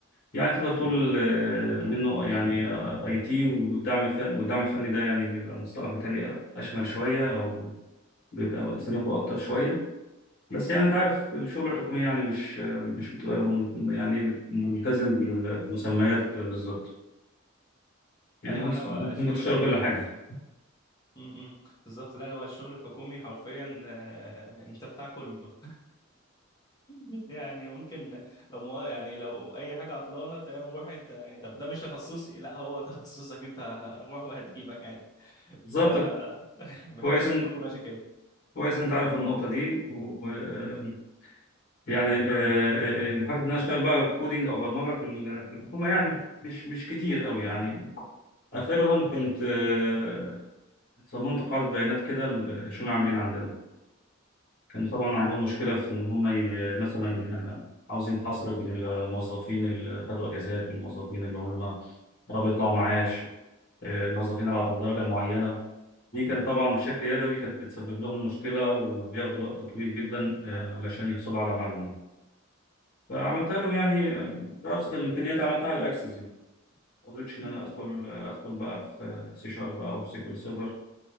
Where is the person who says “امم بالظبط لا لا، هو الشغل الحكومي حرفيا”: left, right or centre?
Left